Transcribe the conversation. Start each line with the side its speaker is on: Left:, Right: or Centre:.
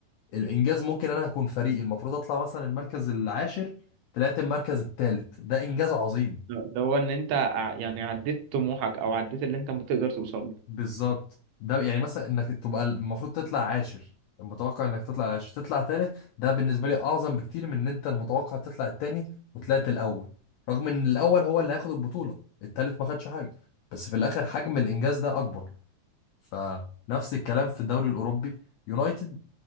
Left: الانجاز ممكن انا اكون فريقي المفروض اطلع مثلا المركز العاشر طلعت المركز الثالث ده انجاز عظيم
Right: اللي هو إن أنت ع- يعني عديت طموحك أو عديت اللي أنت بتقدر توصله
Left: بالظبط ده يعني مثلا انك تبقى المفروض تطلع عاشر المتوقع انك تطلع العاشر تطلع ثالث ده بالنسبه لي اعظم بكتير من ان انت المتوقع تطلع الثاني وطلعت الاول رغم ان الاول هو اللي هياخد البطوله الثالث ما خدش حاجه بس في الاخر حجم الانجاز ده اكبر فنفس الكلام في الدوري الاوروبي يونايتد